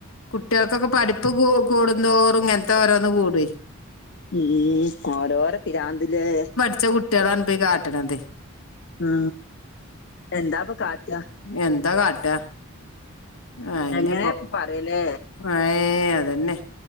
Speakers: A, on the left; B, on the left.
A: കുട്ട്യേൾക്കൊക്കെ പഠിപ്പ് കൂടുന്തോറും ഇങ്ങനത്തെ ഓരോന്ന് കൂടും.
B: ഉംഓരോര പിരാന്ത്‌ലേ.
A: ച്ച കുട്ട്യേളാണ് പേ കാട്ട്ണതെയ്.
B: ആ എന്താപ്പൊ കാട്ട.
A: എന്താ കാട്ടുകാ അയ്നെപ്പൊ
B: എങ്ങനെപ്പൊ പറയല്
A: ഏഹ് അതന്നെ.